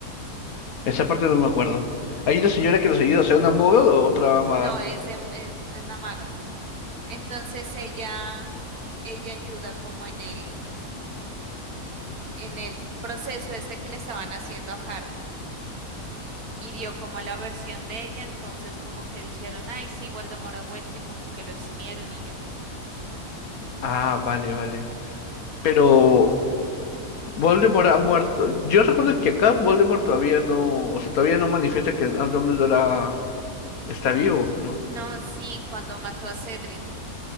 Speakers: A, on the left; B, on the right.
A: Esa parte no me acuerdo. ¿Hay una señora que los ayuda, o sea, una maga o otra maga?
B: no, es, de- es una maga. Entonces ella, ella ayuda como en el, en el proceso este que le estaban haciendo a Harry. Y dio como la versión de ella, entonces como que dijeron, ay, sí, Voldemort ha vuelto y como que lo eximieron y ya.
A: Ah, vale, vale. Pero Voldemort ha muerto. Yo recuerdo que acá Voldemort todavía no, o sea, todavía no manifiesta que Dumbledore ha- está vivo, ¿no?
B: No, sí, cuando mató a Cedric,